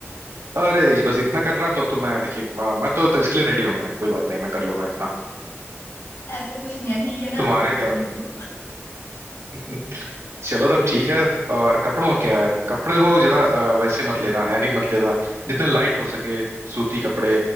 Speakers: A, on the right; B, on the left.
A: अरे जी बस इतना करना तो तो मैं देखिए मैं तो, तो इसके लिए रेडी हूँ मैं कोई बात नहीं मैं कर लूंगा इतना
B: ऐसे कुछ नहीं है ठीक है ना
A: तुम्हारे
B: नहीं
A: क्या
B: तो
A: <laughs> चलो तब ठीक है और कपड़ों में क्या है कपड़े को ज्यादा अ, वैसे मत लेना हैवी मत लेना जितने लाइट हो सके सूती कपड़े